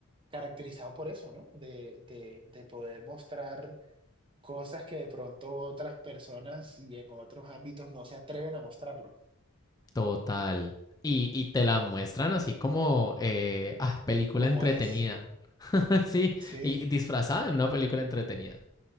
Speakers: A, on the right; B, on the left.
A: caracterizado por eso, ¿no? De, de- de poder mostrar cosas que de pronto otras personas y en otros ámbitos no se atreven a mostrarlo,
B: total. Y, y te la muestran así como eh, ah, película
A: como
B: entretenida.
A: es.
B: <laughs> Sí,
A: Sí.
B: y disfrazada en una película entretenida.